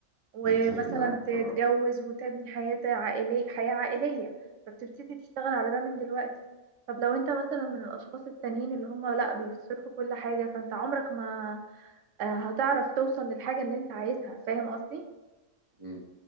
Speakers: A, on the right; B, on the right.
A: ومثلا
B: متفق معاك في
A: تتجوز
B: الرأي
A: وتبني حياة عائلية حياة عائلية فبتبتدي تشتغل على ده من دلوقتي طب لو أنت مثلا من الأشخاص التانيين اللي هم لأ بيصرفوا كل حاجة فأنت عمرك ما آه، هتعرف توصل للحاجة اللي أنت عايزها فاهم قصدي؟
B: مم.